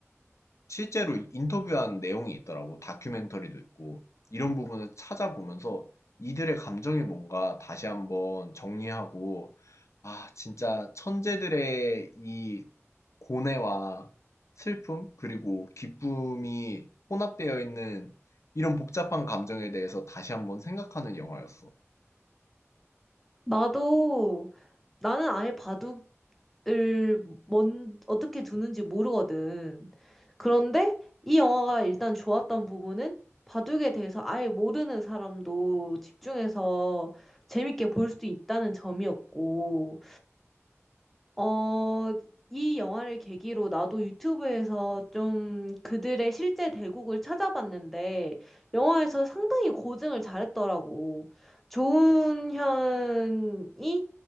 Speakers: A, on the left; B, in the centre.
A: 실제로 인터뷰한 내용이 있더라고. 다큐멘터리도 있고. 이런 부분을 찾아보면서 이들의 감정이 뭔가 다시 한번 정리하고, 아, 진짜 천재들의 이 고뇌와 슬픔, 그리고 기쁨이 혼합되어 있는 이런 복잡한 감정에 대해서 다시 한번 생각하는 영화였어.
B: 나도, 나는 아예 바둑 을 뭔, 어떻게 두는지 모르거든. 그런데 이 영화가 일단 좋았던 부분은 바둑에 대해서 아예 모르는 사람도 집중해서 재밌게 볼 수 있다는 점이었고, 어, 이 영화를 계기로 나도 유튜브에서 좀 그들의 실제 대국을 찾아봤는데, 영화에서 상당히 고증을 잘했더라고. 조은현이